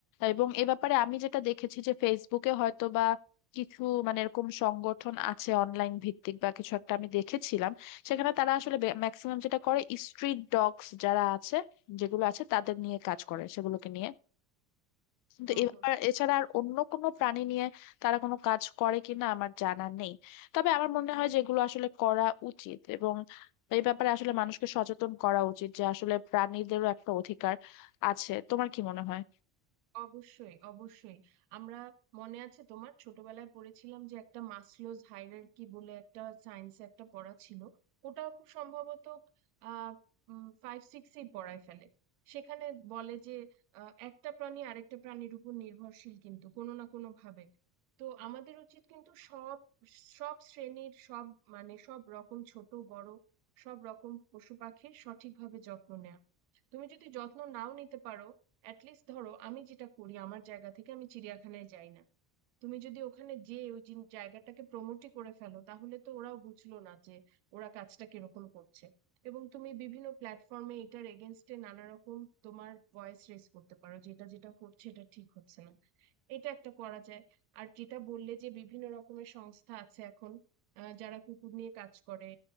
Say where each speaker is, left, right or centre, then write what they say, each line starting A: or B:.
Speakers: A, on the left; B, on the right.
A: এবং এ ব্যাপারে আমি যেটা দেখেছি যে ফেসবুকে হয়তো বা কিছু মানে এরকম সংগঠন আছে অনলাইন ভিত্তিক বা কিছু একটা আমি দেখেছিলাম সেখানে তারা আসলে ম্যাক্সিমাম যেটা করে স্ট্রিট ডগস যারা আছে যেগুলো আছে তাদের নিয়ে কাজ করে সেগুলোকে নিয়ে কিন্তু
B: হুম
A: এ ব্যাপার
B: হুম
A: এছাড়া আর অন্য কোনো প্রাণী নিয়ে তারা কোনো কাজ করে কিনা আমার জানা নেই তবে আমার মনে হয় যেগুলো আসলে করা উচিত এবং এই ব্যাপারে আসলে মানুষকে সচেতন করা উচিত যে আসলে প্রাণীদেরও একটা অধিকার আছে তোমার কি মনে হয়
B: অবশ্যই অবশ্যই আমরা মনে আছে তোমার ছোটবেলায় পড়েছিলাম যে একটা মাসলোজ হায়ারার্কি বলে একটা সায়েন্সে একটা পড়া ছিল ওটা খুব সম্ভবত আহ ফাইভ সিক্সেই পড়ায় ফেলে সেখানে বলে যে আহ, একটা প্রাণী আরেকটা প্রাণীর উপর নির্ভরশীল কিন্তু কোনো না কোনো ভাবে তো আমাদের উচিত কিন্তু সব সব শ্রেণীর সব মানে সব রকম ছোট বড় সব রকম পশু পাখির সঠিকভাবে যত্ন নেওয়া তুমি যদি যত্ন নাও নিতে পারো অ্যাট লিস্ট ধরো আমি যেটা করি আমার জায়গা থেকে আমি চিড়িয়াখানায় যাই না তুমি যদি ওখানে যে ওই জিন- জায়গাটাকে প্রমোটই করে ফেলো তাহলে তো ওরাও বুঝলো না যে ওরা কাজটা কিরকম করছে এবং তুমি বিভিন্ন প্ল্যাটফর্মে এটার এগেনস্টে নানা রকম তোমার ভয়েস রেজ করতে পারো যেটা যেটা করছে এটা ঠিক হচ্ছে না এটা একটা করা যায় আর যেটা বললে যে বিভিন্ন রকমের সংস্থা আছে এখন আহ, যারা কুকুর নিয়ে কাজ করে